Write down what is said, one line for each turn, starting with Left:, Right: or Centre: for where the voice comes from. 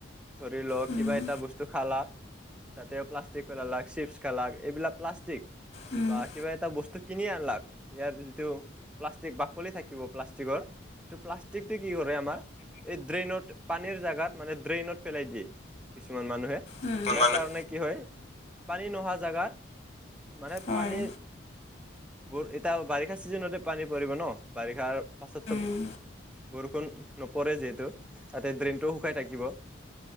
Centre: ধৰি ল,
Left: উম,
Centre: কিবা এটা বস্তু খালাক তাতে প্লাষ্টিক পেলালাক, চিপছ খালাক, এইবিলাক প্লাষ্টিক
Left: উম,
Centre: বা কিবা এটা বস্তু কিনি আনলাক। ইয়াৰ যিটো প্লাষ্টিক- বাকলি থাকিব প্লাষ্টিকৰ এইটো প্লাষ্টিকটো কি কৰে আমাৰ, এই ড্ৰেইনত পানীৰ জাগাত মানে ড্ৰেইনত পেলাই দিয়ে কিছুমান মানুহে,
Left: উম,
Centre: যাৰ
Left: মানুহ
Centre: কাৰণে কি হয়, পানী নহা জাগাত মানে
Left: হয়
Centre: পানী বোৰ এতিয়া আৰু বাৰিষা ছিজনতে পানী পৰিব ন', বাৰিষাৰ পাছততো
Left: উম,
Centre: বৰষুণ নপৰে যিহেতু, তাতে ড্ৰেইনটো শুকাই থাকিব।